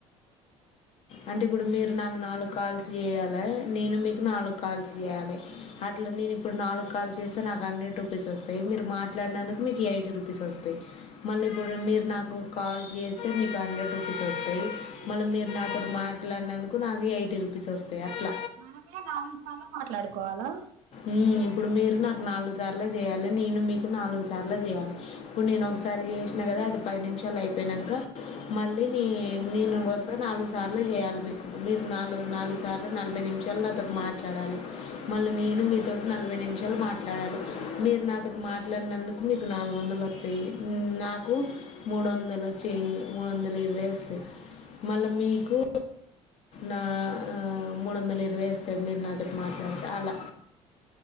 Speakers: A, on the left (about 50°); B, on the right (about 80°).
A: అంటే ఇప్పుడు మీరు నాకు నాలుగు కాల్స్ చేయాలి నేను మీకు నాలుగు కాల్స్ చేయాలి అట్లా నేను ఇప్పుడు నాలుగు కాల్స్ చేస్తే నాకు హండ్రెడ్ రూపీస్ వస్తాయి మీరు మాట్లాడినందుకు మీకు ఎయిటీ రూపీస్ వస్తాయి. మల్లి ఎప్పుడు మీరు నాకు కావల్సి చేస్తే హండ్రెడ్ రూపీస్ వస్తయి మళ్ల మీర్ నాతో మాట్లాడినందుకు నాకు ఎయిటీ రుపీస్ వస్తాయి అట్ల
B: మనమే నాలుగు సార్ల మాట్లాడుకోవాలా
A: ఉం ఇప్పుడు మీరు నాకు నాలుగు సార్లు చేయాలే నేను మీకు నాలుగు సార్లు చేయాలే ఇప్పుడు నేను ఒకసారి చేసినా కదా అది పది నిమిషాలు అయిపోయినంక మళ్ళీ నీ నేను వరుసగా నాలుగు సార్లు చేయాలి మీకు మీరు నాలుగు నాలుగు సార్లు నలభై నిమిషాలు నాతో మాట్లాడాలే మళ్ళీ నేను మీతో నలభై నిమిషాలు మా మాట్లాడాలి మీరు నాతోటి మాట్లాడినందుకు మీకు నాలుగు వందలు వస్తాయి నాకు మూడు వందలు చేంజ్ మూడు వందలు ఇరవై వస్తాయి మళ్ళా మీకు నా మూడు వందలు ఇరవై వస్తయ్ మీరు నాతోటి మాట్లాడితే అలా